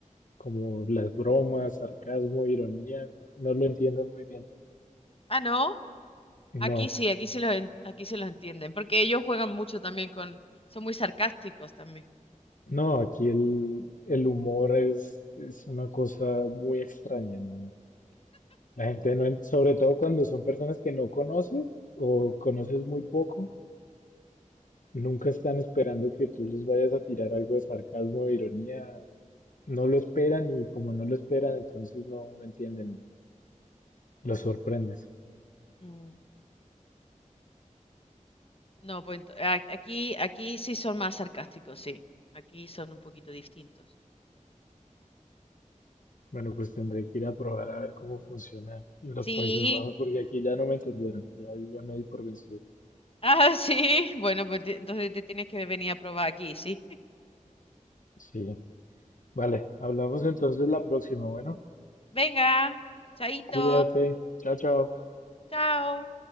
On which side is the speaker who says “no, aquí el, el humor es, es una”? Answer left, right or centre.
Left